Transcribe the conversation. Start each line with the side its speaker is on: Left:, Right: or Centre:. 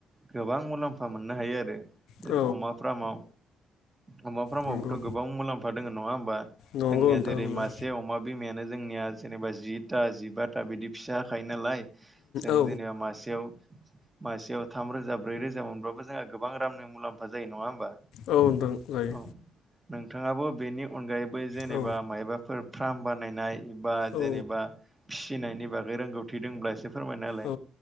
Right: गोबां मुलाम्फा मोननो हायो आरो।
Left: औ
Right: अमा फार्ममाव अमा फामावबोथ
Left: नंगौ
Right: गोबां मुलाम्फा दङ नङा होमबा?
Left: नंगौ
Right: जोंनिया
Left: नोंथां
Right: जेरै
Left: नंगौ
Right: मासे अमा बिमायानो जोंनिया जेनेबा जिथा जिबााथा बिदि फिसा हाखायो नालाय जों
Left: औ
Right: जेनेबा मासेयाव मासेयाव थाम रोजा ब्रै रोजा मोनब्लााबबो जोंहा गोबां रामनि मुलाम्फा जायो नङा होमबा
Left: औ नोंथां जायो
Right: औ नोंथाङाबो बेनि अनगायैबो जेनेबा
Left: औ
Right: मायबाफोर फार्म बानायनाय बा
Left: औ
Right: जेनेबा फिनायनि बागै रोंगौथि दंब्ला एसे फोरमायना होलाय
Left: औ